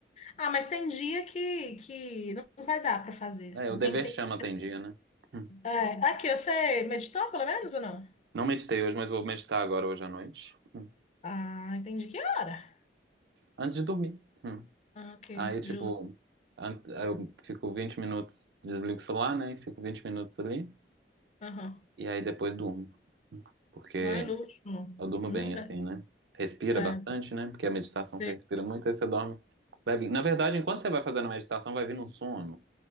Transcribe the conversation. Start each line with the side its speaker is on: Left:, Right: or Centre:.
Left: Ah, mas tem dia que, que não vai dar para fazer, assim.
Right: É, o dever
Left: Tem, tem...
Right: chama tem dia, né? Hum.
Left: É, aqui, você meditou pelo menos ou não?
Right: Não meditei hoje, mas vou meditar agora, hoje à noite. Hum.
Left: Ah, entendi. Que hora?
Right: Antes de dormir. Hum.
Left: Ah, ok,
Right: Aí, tipo,
Left: justo.
Right: an- aí eu fico 20 minutos, desligo o celular, né? Fico 20 minutos ali.
Left: Aham.
Right: E aí depois durmo. Porque
Left: Ai, luxo.
Right: Eu durmo
Left: Não
Right: bem
Left: dá.
Right: assim, né? Respira
Left: É,
Right: bastante, né? Porque a meditação
Left: você...
Right: você respira muito, aí você dorme. leve. Na verdade, enquanto você vai fazendo a meditação, vai vir um sono.